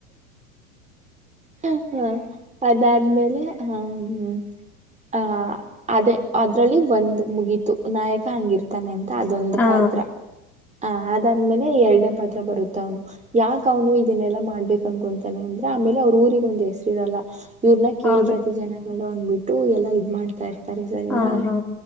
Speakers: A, on the right; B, in the centre.
A: ಹ ಅದಾದ್ಮೇಲೆ ಹ್ಮ್ ಅಹ ಅದೇ ಅದ್ರಲ್ಲಿ ಒಂದ್ ಮುಗೀತು ನಾಯಕ ಹಂಗಿರ್ತಾನೆ ಎಂತ ಅದೊಂದು
B: ಆ
A: ಪಾತ್ರ ಹ ಅದಾದ್ಮೇಲೆ ಎರಡನೇ ಪತ್ ಹತ್ರ ಬರುತ್ತ ಅವನು ಯಾಕ ಅವನು ಇದನ್ನೆಲ್ಲಾ ಮಾಡ್ಬೇಕ ಅನ್ಕೊತಾನೆ ಅಂದ್ರೆ ಆಮೇಲೆ ಅವ್ರ ಊರಿಗೆ ಒಂದ್ ಹೆಸರು ಇರಲ್ಲ ಇವ್ರನ್ನ ಕೇಳ್ತತಿ
B: ಹೌದು
A: ಜನ ಡ ಅಂದ್ಬಿಟ್ಟು ಎಲ್ಲಾ ಇದ್ ಮಾಡ್ತಾರೆ ಸರ ಸರಿನಾ
B: ಆಹಾ